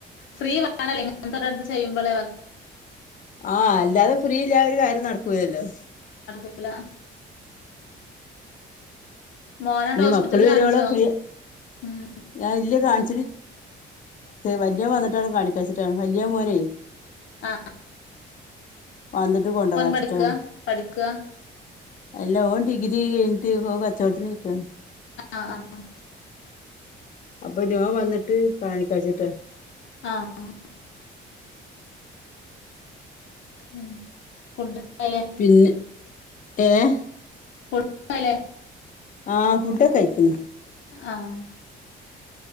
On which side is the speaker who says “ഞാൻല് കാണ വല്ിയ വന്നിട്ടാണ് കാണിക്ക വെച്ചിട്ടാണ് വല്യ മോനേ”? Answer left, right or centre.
Left